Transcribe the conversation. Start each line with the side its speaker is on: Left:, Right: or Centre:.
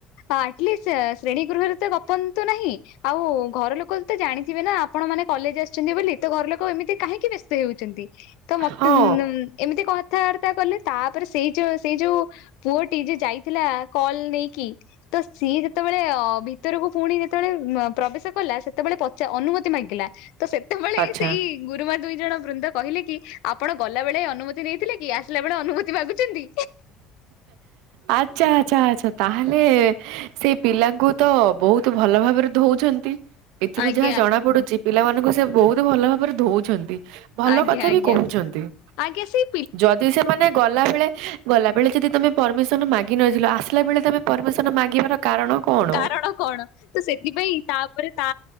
Left: ଆଟଲିଷ୍ଟ ଶ୍ରେଣୀ ଗୃହରେ ତ ଗପନ୍ତୁ ନାହିଁ। ଆଉ ଘର ଲୋ ତ ଜାଣିଥିବେ ନା ଆପଣମାନେ କଲେଜ୍ ଆସିଛନ୍ତି ବୋଲି, ତ ଘର ଲୋକ ଏମିତି କାହିଁକି ବେସ୍ତ ହେଉଛନ୍ତି। ତ ମତେ
Right: ହଁ
Left: <unintelligible> ଏମିତି କଥାବାର୍ତ୍ତା କଲେ ତାପରେ ସେଇ ଯୋ ସେଇ ଯୋଉ ପୁଅଟି ଯିଏ ଯାଇଥିଲା କଲ ନେଇକି, ତ ସିଏ ଯେତେବେଳେ ଭି ତରକୁ ପୁଣି ଯେତେବେଳେ ପ୍ରବେଶ କଲା ସେତେବେଳେ ପଚା ଅନୁମତି ମାଗିଲା, ତ ସେତେବେଳେ
Right: ଆଚ୍ଛା
Left: ସେଇ ଗୁରୁମା ଦୁଇଜଣ ବୃନ୍ଦ କହିଲେ କି ଆପଣ ଗଲାବେଳେ ଅନୁମତି ନେଇଥିଲେ କି, ଆସିଲା ବେଳେ ଅନୁମତି ମାଗୁଛନ୍ତି।
Right: ଆଚ୍ଛା ଆଚ୍ଛା ଆଛା ତାହଲେ ସେ ପିଲାଙ୍କୁ ତ ବୋହୁତ ଭଲଭାବରେ ଧୋଉଛନ୍ତି। ଏଥିରୁ
Left: ଆଜ୍ଞା
Right: ଯାହା ଜଣା ପଡୁଛି ପିଲାମାନାନଙ୍କୁ ସେ ବୋହୁତ ଭଲଭାବରେ ଧୋଉଛନ୍ତି। ଭଲ
Left: ଆଜ୍ଞା
Right: କଥା
Left: ଆଜ୍ଞା
Right: ବି କୋହୁଛନ୍ତି।
Left: ଆଜ୍ଞା ସି
Right: ଯଦି ସେମାନେ ଗଲାବେଳେ ଗଲାବେଳେ ଯଦି ତମେ ପରମିସନ ମାଗି ନଥିଲ, ଆସିଲା ବେଳେ ତମେ ପରମିସନ ମାଗିବାର କାରଣ? କଣ?
Left: କାରଣ କଣ? ତ ସେଥିପାଇଁ ତାପରେ ତା